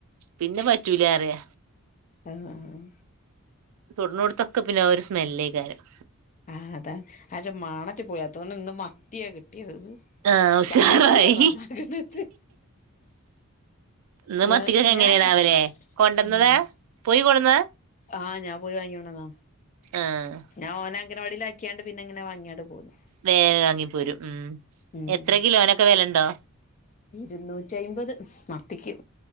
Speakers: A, on the right; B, on the left.
A: പിന്നെ പറ്റൂലാറ്യ
B: ആഹ് ആഹ്
A: തൊട്ണോട്ത്തൊക്കെ പിന്നെ ആ ഒരു സ്മെല്ലേക്കാരം
B: ആഹ് അതാ അക്ഷെ മാണച്ചു പോയി അതോണ്ട് ഇന്ന് മത്തിയാ കിട്ടിയത്
A: ആഹ്
B: ഇക്ക്
A: ഉഷാറായി
B: ആലോയ്ച്ചുണ്ട അത് നന്നാക്ക്ണത്
A: ഇന്ന്
B: ഞാ
A: മത്തിക്കൊക്കെ എങ്ങനെയാണാവലെ
B: ഞാൻങ്ങ
A: കൊണ്ടന്നതാ
B: ഉം
A: പോയി കൊണ്ടന്നതാ
B: ആഹ് ഞാ പോയി വാങ്ങിക്കൊണ്ടന്ന
A: ആഹ്
B: ഞാൻ ഓനെ അംഗനവാടിൽ ആക്കിയാണ്ട് പിന്നെങ്ങനെ വാങ്ങാട് പോന്നു
A: വേ വാങ്ങിപ്പോരും ഉം
B: ഉം
A: എത്ര കിലോനൊക്കെ വെലണ്ടോ?
B: ഇരുന്നൂറ്റി അയ്മ്പത് മത്തിക്ക്